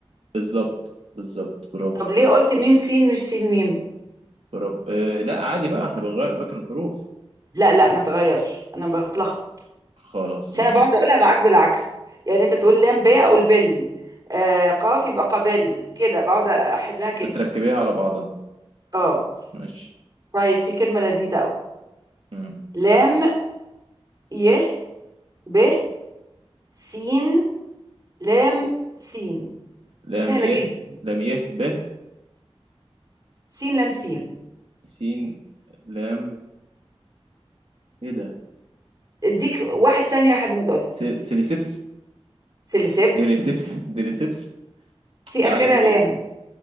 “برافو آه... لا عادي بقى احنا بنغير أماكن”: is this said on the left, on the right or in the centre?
Right